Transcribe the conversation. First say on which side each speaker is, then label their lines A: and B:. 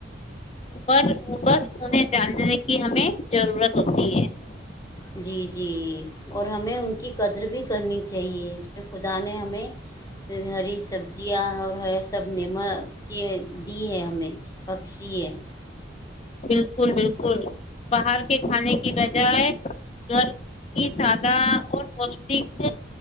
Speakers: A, on the left (about 35°); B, on the left (about 20°).
A: <inaudible> اور بس انہیں جاننے کی ہمیں ضرورت ہوتی ہے <inaudible>
B: جی جی اور ہمیں ان کی قدر بھی کرنی چاہیے جو خدا نے ہمیں ہری سبزیاں اور سب نے م دی ہے ہمیں پکش ہے <inaudible>
A: بالکل بالکل باہر کے کھانے کی بجائے گھر کی سادہ اور پوشٹک